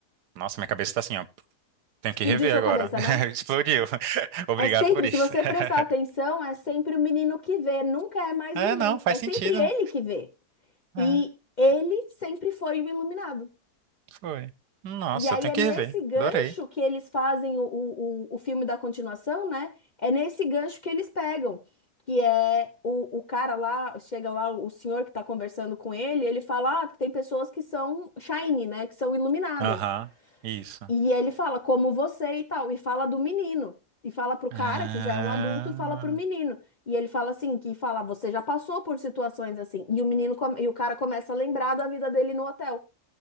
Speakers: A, on the right; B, on the left.
A: Nossa, minha cabeça tá assim, ó. Tenho
B: Explodiu
A: que rever
B: sua
A: agora.
B: cabeça,
A: <laughs>
B: né?
A: Explodiu. <laughs> Obrigado
B: É sempre,
A: por isso.
B: se você
A: <laughs>
B: prestar atenção, é sempre o menino que vê, nunca é mais
A: É,
B: ninguém.
A: não, faz
B: É sempre
A: sentido.
B: ele que vê.
A: É.
B: E ele sempre foi o iluminado.
A: Foi. Nossa,
B: E aí
A: eu tenho
B: é
A: que
B: nesse
A: rever.
B: gancho
A: Adorei.
B: que eles fazem o, o, o o filme da continuação, né? É nesse gancho que eles pegam. Que é o, o cara lá, chega lá, o senhor que tá conversando com ele, ele fala: Ah, tem pessoas que são shiny, né? Que são iluminadas.
A: Aham, isso.
B: E ele fala, como você e tal, e fala do menino. E fala pro cara,
A: Ah,
B: que já é um adulto, e fala pro menino. E ele fala assim, que fala, você já passou por situações assim. E o menino, come- e o cara começa a lembrar da vida dele no hotel.